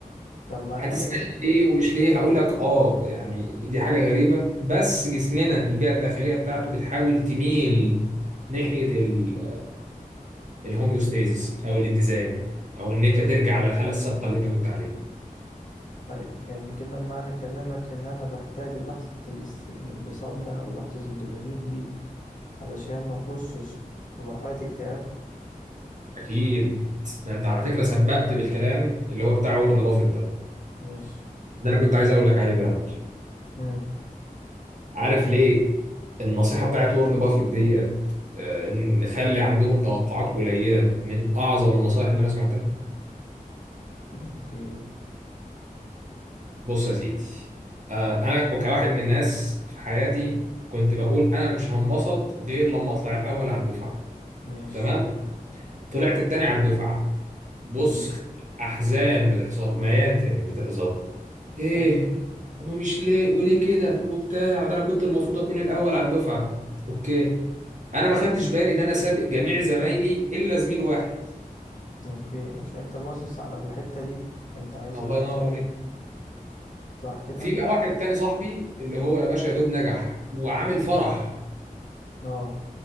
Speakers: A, on the left; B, on the right.
A: طب ما
B: هتسألني
A: انا ايه
B: ليه ومش ليه هقول لك اه يعني دي حاجة غريبة بس جسمنا البيئة الداخلية بتاعته بتحاول تميل ناحية ال- الهوميوستيزس او الاتزان او ان انت ترجع على الحالة السابقة اللي انت كنت عليها
A: طيب يعني كده معنى كلامك ان انا بحتاج لحظة الاس- الانبساط ده او لحظة الدوبامين دي علشان ما اخشش في مرحلة اكتئاب
B: اكيد ده انت على فكرة سبقت بالكلام اللي هو بتاع وورن بافيت ده
A: ماشي
B: ده انا كنت عايز اقول لك عليه بقى يا معلم
A: مم.
B: عارف
A: لا
B: ليه النصيحة بتاعت وورن بافيت ديت آه، نخلي عندهم توقعات قليلة من اعظم النصائح اللي انا سمعتها
A: اوكي
B: بص يا سيدي آه، انا كواحد من الناس في حياتي كنت بقول انا مش هنبسط غير لما اطلع الاول على الدفعه
A: ماشي
B: تمام طلعت التاني على الدفعه بص
A: مم.
B: احزان بتحصل مياتم بتحصل ايه
A: عشان
B: ومش ليه وليه كده وبتاع ده انا كنت المفروض اكون الاول على الدفعه اوكي انا ما خدتش بالي ان انا سابق جميع زمايلي الا زميل واحد
A: اوكي عشان انت باصص على الحتة دي انت عايز
B: الله
A: الحتة
B: ينور
A: دي
B: عليك
A: صح كده
B: في بقى واحد تاني صاحبي اللي هو يا باشا يا دوب نجح وعامل فرح
A: اه